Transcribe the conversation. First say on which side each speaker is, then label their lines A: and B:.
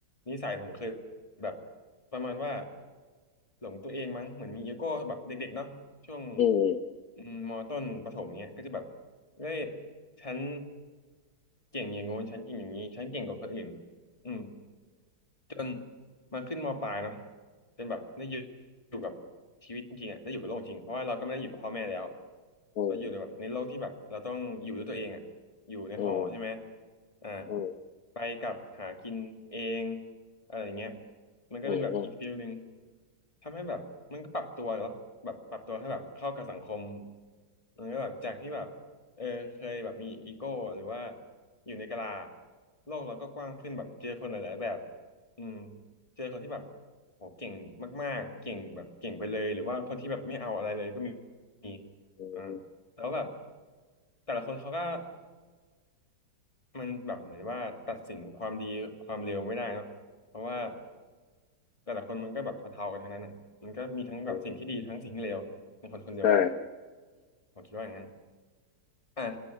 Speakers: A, on the left (about 15°); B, on the left (about 55°).
A: นิสัยผมเคยแบบประมาณว่าหลงตัวเองมั้งเหมือนมีอีโก้แบบเด็กๆเนาะช่วง
B: อืม
A: อืมมต้นประถมเนี้ยก็จะแบบเฮ้ยฉันเก่งอย่างงู้นฉันเก่งอย่างนี้ฉันเก่งกว่าคนอื่นอืม จนมาขึ้นมปลายเนาะจนแบบได้อยู่อยู่กับชีวิตจริงๆอะได้อยู่กับโลกจริงเพราะว่าเราก็ไม่ได้อยู่กับพ่อแม่แล้ว
B: อืม
A: เราอยู่ในแบบในโลกที่แบบเราต้องอยู่ด้วยตัวเองอ่ะอยู่ในหอใช่ไหม
B: อืม
A: อ่า
B: อืม
A: ไปกลับหากินเองอะไรอย่างเงี้ยมันก็เป็นแบบอีกฟิลหนึ่ง
B: อืมอืม
A: ทำให้แบบมันก็ปรับตัวเหรอแบบปรับตัวให้แบบเข้ากับสังคมมันก็แบบจากที่แบบเออเคยแบบมีอีโก้หรือว่าอยู่ในกะลาโลกเราก็กว้างขึ้นแบบเจอคนหลายๆแบบ อืมเจอคนที่แบบโหเก่งมากๆเก่งแบบเก่งไปเลยหรือว่าคนที่แบบไม่เอาอะไรเลยก็มีมี
B: อืม
A: อ่าแล้วแบบแต่ละคนเขาก็มันแบบเหมือนว่าตัดสินความดีความเลวไม่ได้เนาะเพราะว่าแต่ละคนมันก็แบบเท่าๆกันทั้งนั้นอ่ะมันก็มีทั้งแบบสิ่งที่ดีทั้งสิ่งที่เลวในคนคนเดียวกัน
B: อืมใช่
A: ผมคิดว่าอย่างนั้นอ่ะ